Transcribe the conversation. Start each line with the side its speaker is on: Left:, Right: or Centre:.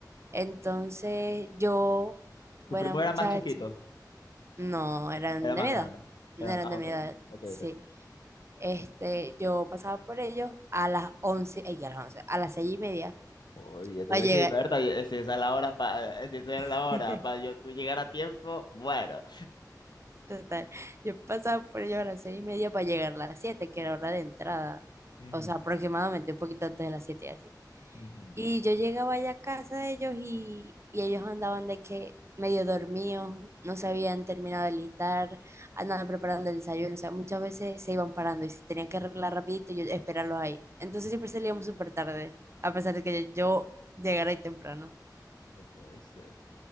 Right: Entonces yo, buena
Left: Tu primo
Right: muchacha,
Left: era más chiquito.
Right: no, eran
Left: Era
Right: de
Left: más
Right: mi
Left: grande.
Right: edad. No
Left: Era-
Right: eran
Left: ah,
Right: de
Left: ok.
Right: mi edad,
Left: Ok,
Right: sí.
Left: ok.
Right: Este, yo pasaba por ellos a las 11, ella a las 11, a las 6 y media
Left: Oye, te
Right: para
Left: iba
Right: llegar.
Left: a decir, Berta, y- eh, si esa es la hora, pa, eh, si esa
Right: <laughs>
Left: es la hora, para yo, tú llegar a tiempo, bueno.
Right: Total, yo pasaba por ellos a las 6 y media para llegar a las 7, que era hora de entrada.
Left: Ujú,
Right: O sea, aproximadamente un poquito antes de las 7 así.
Left: ujú.
Right: Y yo llegaba allá a casa de ellos y, y ellos andaban de que medio dormidos, no se habían terminado de listar andaban preparando el desayuno, o sea, muchas veces se iban parando y se tenían que arreglar rapidito y yo esperarlos ahí. Entonces siempre salíamos súper tarde, a pesar de que yo llegara ahí temprano.
Left: No puede ser.